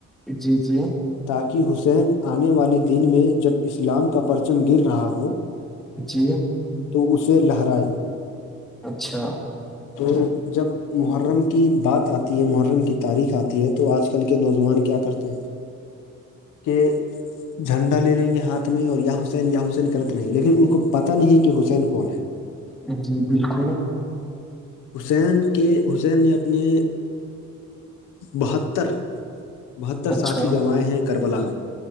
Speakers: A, in the centre; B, on the left (about 90°).
A: جی جی
B: تاکہ حسین آنے والے دن میں جب اسلام کا پرچم گر رہا ہو
A: جی
B: تو اسے لہرائی
A: اچھا
B: تو جب محرم کی بات آتی ہے محرم کی تاریخ آتی ہے تو آج کل کے نوجوان کیا کرتے کہ جھنڈا لے لیں گے ہاتھ میں اور یا حسین یا حسین کر تےرہیں گے لن ان کو پتہ نہیں ہے کہ حسین کون ہے
A: جی بالکل
B: حسین کے حسین نے اپنے بہتر بہتر
A: اچھا
B: ساتھی گنوائےیں ہیں کربلامیں